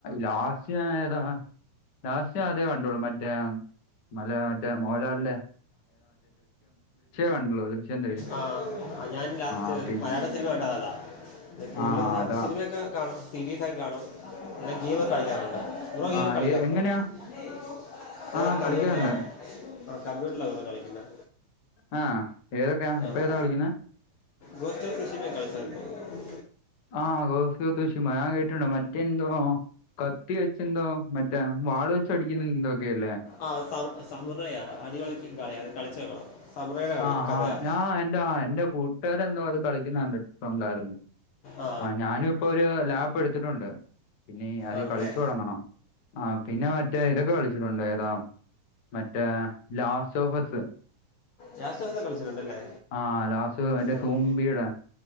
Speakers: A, on the left; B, on the left.
A: ലാസ്റ്റ്‌ ഞാനേതാ ലാസ്റ്റ് അതേ കണ്ടോളു മറ്റേ മല മറ്റേ മോലാലിന്റെ കണ്ടുള്ളൂ ദൃശ്യം ത്രീ
B: ആഹ് ഞാൻ ലാസ്റ്റ്
A: ആ പി
B: മലയാള സിനിമ ഉണ്ടാ അതാ കൂടുതലും
A: ആ
B: ഞാൻ
A: അതാ
B: സിനിമയൊക്കെ കാണാം ടി വി ഫൈവ് കാണും അല്ല ജിയോ <inaudible> ബ്രോ ഗെയിം
A: ആ
B: കളിക്കാറുണ്ടോ?
A: എ- എങ്ങനെയാ
B: <unintelligible>
A: ആ കളിക്കാറുണ്ട്
B: ആഹ് കമ്പ്യൂട്ടറിലാണോ കളിക്കുന്നേ?
A: ആ ഏതൊക്കെയാ ഇപ്പൊ
B: ആഹ്
A: ഏതാ കളിക്കുന്നെ
B: ഗോസ്റ്റോഫീസ് <unintelligible>
A: ആഹ് ഗോസ്റ്റോഫീസ് അത് ഞാൻ കേട്ടിണ്ട് മറ്റെന്തോ കത്തി വെച്ചെന്തോ മ മറ്റെ വാള് വെച്ച് അടിക്കുന്ന എന്തൊക്കെയല്ലേ
B: ആഹ് സം സമൃദയ അടിപൊളി കളിയാ അത് കളിച്ച് നോക്കണം സമറയുടെ കളി
A: ആഹ്ഹാ
B: കഥയാ
A: ഞാൻ എന്റെ എന്റെ കൂട്ടുകാർ എന്തോ അത് കളിക്കുന്നത് കണ്ടിട്ടുണ്ടായിരുന്നു
B: ആ
A: ആഹ് ഞാനുഇപ്പൊ ഒരു ലാപ് എടുത്തിട്ടുണ്ട് പിന്നെ ആദ്യം
B: ആണല്ലേ
A: കളിച്ചു തുടങ്ങണം ആ പിന്നെ മറ്റേ ഇതൊക്കെ കളി ച്ചിട്ടൊണ്ട് ഏതാ മറ്റേ ലാസ്റ്റോഫസ്
B: ലാസ്റ്റോഫസ് കളിച്ചിട്ടുണ്ടല്ലേ
A: ആ ലാസ്റ്റ് മറ്റേ
B: ആഹ്
A: സൂംബിയുടെ